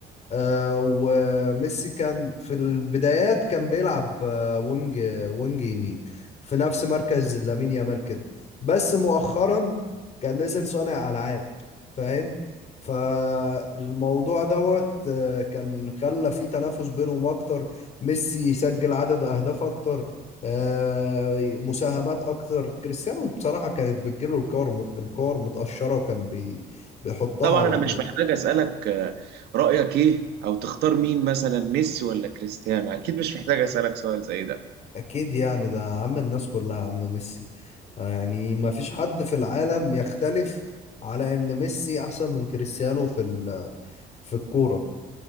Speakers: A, on the left; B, on the right.
A: آه، وميسي كان في البدايات كان بيلعب آه، وينج وينج يمين في نفس مركز لامين يامال كده بس مؤخرا كان نزل صانع ألعاب فاهم فالموضوع دوت آه، كان خلى في تنافس بينهم أكتر ميسي يسجل عدد أهداف أكتر آه، مساهمات أكتر كريستيانو بصراحة كانت بتجيله الكور مت- الكور متقشرة وكان بي بيحطها
B: طبعا
A: على
B: انا
A: طول
B: مش محتاج اسالك آه، رايك ايه او تختار مين مثلا ميسي ولا كريستيانو اكيد مش محتاج اسالك سؤال زي ده
A: اكيد يعني ده عم الناس كلها عم ميسي آه يعني ما فيش حد في العالم يختلف على ان ميسي احسن من كريستيانو في ال- في الكورة